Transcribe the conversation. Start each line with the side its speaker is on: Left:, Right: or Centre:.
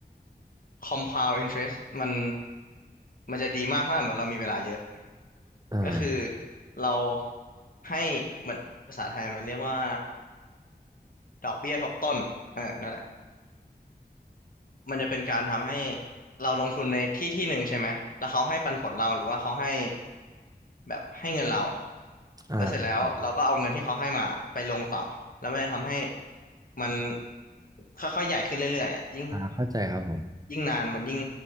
Left: compound interest มันมันจะดีมากถ้าสมมติเรามีเวลาเยอะ
Right: อ่า
Left: ก็คือเราให้มันภาษาไทยมันเรียกว่าดอกเบี้ยทบต้นเออนั่นแหละ มันจะเป็นการทำให้เราลงทุนในที่ที่หนึ่งใช่ไหมแล้วเขาให้ปันผลเราหรือว่าเขาให้แบบให้เงินเรา
Right: อ่า
Left: แล้วเสร็จแล้วเราก็เอาเงินที่เขาให้มาไปลงต่อแล้วมันจะทำให้มันค่อยๆใหญ่ขึ้นเรื่อยๆอะยิ่ง
Right: อ่าเข้าใจครับผม
Left: ยิ่งนานมันยิ่ง